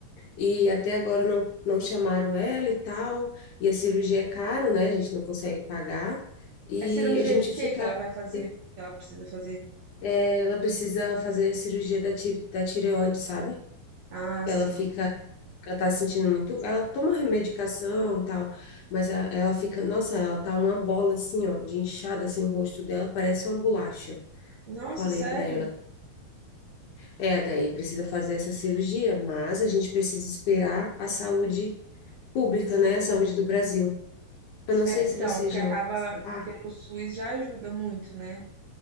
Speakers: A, on the left; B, on the right.
A: E até agora não, não chamaram ela e tal. E a cirurgia é caro, né? A gente não consegue pagar. E
B: É cirurgia
A: a gente
B: de quê
A: fica...
B: que ela vai fazer?
A: eh,
B: Que ela precisa fazer?
A: Ela precisa fazer a cirurgia da, ti- da tireoide, sabe?
B: Ah,
A: que
B: sim.
A: ela fica, ela tá se sentindo muito, ela toma medicação e tal, mas ela, ela fica, nossa, ela tá uma bola assim, ó, de inchada assim, o rosto dela parece uma bolacha.
B: Nossa,
A: Falei
B: sério?
A: para ela, é, daí precisa fazer essa cirurgia, mas a gente precisa esperar a saúde pública, né, a saúde do Brasil. Eu não
B: Então,
A: sei se você
B: porque
A: já
B: acaba
A: ouviu falar,
B: pelo SUS já ajuda muito, né?